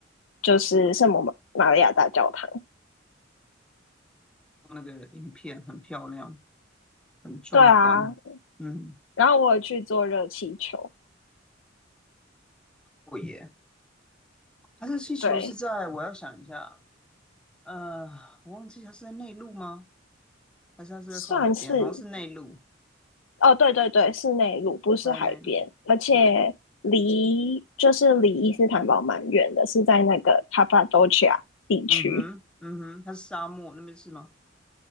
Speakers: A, on the left; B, in the centre.
A: 就是圣母玛利亚大教堂。
B: 那个影片很漂亮，很壮观。
A: 对啊，
B: 嗯，
A: 然后我有去坐热气球，
B: 我也，它这气球是在，
A: 对，
B: 我要想一下，呃，我忘记它是在内陆吗？还是它是在靠海边？
A: 算是
B: 好像是内陆，
A: 哦，对对对，是内陆，不是海边，
B: 它在内陆。
A: 而且离就是离伊斯坦堡蛮远的，
B: 对，
A: 是在那个 c 帕多 p a 地区。
B: 嗯哼，嗯哼，它是沙漠那边是吗？